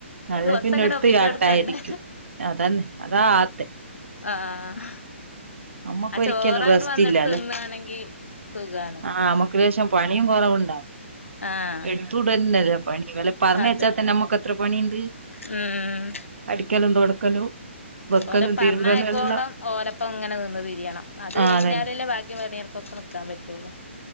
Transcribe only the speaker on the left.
ദിവസ
ങ്ങനെ
ഒപ്പിച്ചൊട്ക്കണ്ടെ
ആഹ് ആഹ്
ആ
ചോറങ്ങട്ട്
വന്നിട്ട് തിന്നാണെങ്കി സുഖാണ്
ആഹ്
അതെ
ഉം
ഓലെ പറണയക്കോളം
ഓലപ്പം ഇങ്ങനെ നിന്ന് തിരിയണം അത്
കഴിഞ്ഞാലല്ലേ
ബാക്കി പണിയർക്കൊക്കെ നിക്കാൻ പറ്റുള്ളു